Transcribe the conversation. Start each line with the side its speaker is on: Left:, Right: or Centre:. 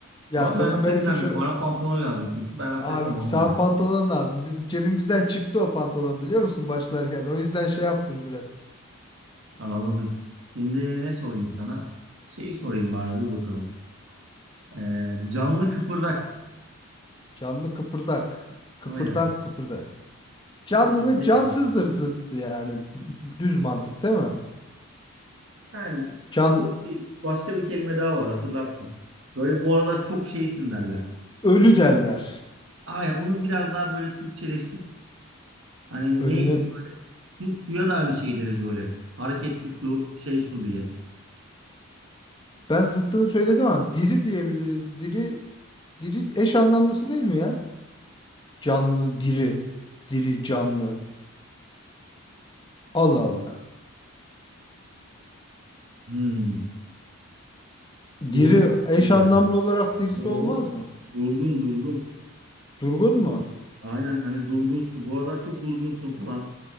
Left: Ya
Right: Ama
Left: senin
Right: ben affetmem.
Left: belki şöyle
Right: Bana pantolon lazım çünkü. Ben affetmem
Left: Abi
Right: ona
Left: sana
Right: göre.
Left: pantolon lazım. Biz cebimizden çıktı o pantolon biliyor musun başlarken. O yüzden şey yaptım biraz.
Right: Anladım. Şimdi ne sorayım sana? Şeyi sorayım bari dur bakalım. Ee, canlı kıpırdak.
Left: Canlı kıpırdak. Kıpırdan
Right: Aynen.
Left: kıpırda. Canlının
Right: İkisinin
Left: cansızdır
Right: eş anlamı.
Left: zıttı yani. Düz mantık değil mi?
Right: Yani
Left: Can
Right: çok değil. Başka bir kelime daha var hatırlarsın. Böyle bu aralar çok şeysin derler.
Left: ölü derler.
Right: Aynen onun biraz daha böyle Türkçeleştir. Hani
Left: Ölünü
Right: neysin böyle su, suya da aynı şey deriz böyle. Hareketli su, şey su diye.
Left: ben zıttını söyledim ama diri diyebiliriz. Diri diri eş anlamlısı değil mi ya? Canlının diri. Diri canlı. Allah Allah.
Right: Hmm. Durgun
Left: Diri eş
Right: abi
Left: anlamlı
Right: be.
Left: olarak dirisi
Right: Oo.
Left: olmaz mı?
Right: Durgun durgun.
Left: Durgun mu?
Right: Aynen hani durgunsun. Bu aralar çok durgunsun falan.